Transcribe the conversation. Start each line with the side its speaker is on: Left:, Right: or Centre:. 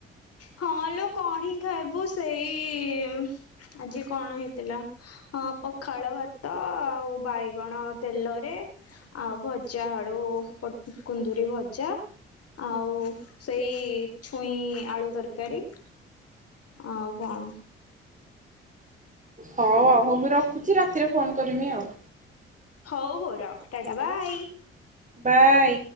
Left: ହଁଲୋ କଣ ହିଁ ଖାଇବୁ ସେଇ ଆଜି କଣ ହେଇଥିଲା ହଁ ପଖାଳ ଭାତ ଆଉ ବାଇଗଣ ତେଲରେ ଆଉ ଭଜା ଆଳୁ ପୋଟ କୁନ୍ଦୁରି ଭଜା ଆଉ ସେଇ ଛୁଇଁ ଆଳୁ ତରକାରୀ ଆଉ କଣ।
Right: ହଉ ଆଉ ହଉ ମୁଁ ରଖୁଛି ରାତିରେ ଫୋନ କରିମି ଆଉ।
Left: ହଉ ହଉ ରଖ ଟା ଟା ବାଇ।
Right: ବାଏ।